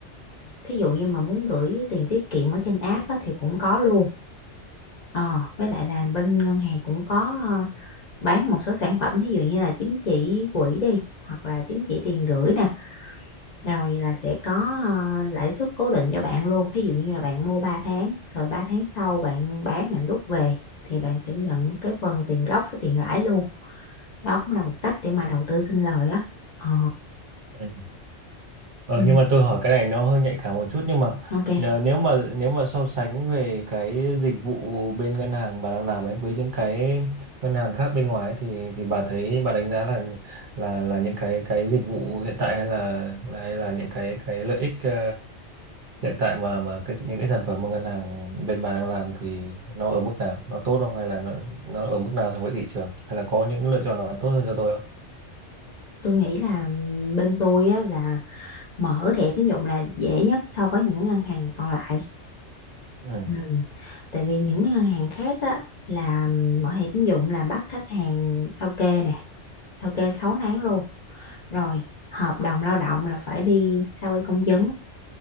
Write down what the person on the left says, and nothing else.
thí dụ như mà muốn gửi tiền tiết kiệm ở trên app á, thì cũng có luôn Ờ với lại là bên ngân hàng cũng có ờ, bán một số sản phẩm thí dụ như là chứng chỉ quỹ đi hoặc là chứng chỉ tiền gửi nè rồi là sẽ có ờ, lãi suất cố định cho bạn luôn thí dụ như là bạn mua ba tháng rồi 3 tháng sau bạn bán bạn rút về thì bạn sẽ nhận cái phần tiền gốc với tiền lãi luôn đó cũng là một cách để mà đầu tư sinh lời á ờ
ừ,
ok
tôi nghĩ là bên tôi á, là mở thẻ tín dụng là dễ nhất so với những cái ngân hàng còn lại
ừ. tại vì những cái ngân hàng khác á, là mở thẻ tín dụng là bắt khách hàng sao kê nè sao kê 6 tháng luôn rồi hợp đồng lao động là phải đi sao y công chứng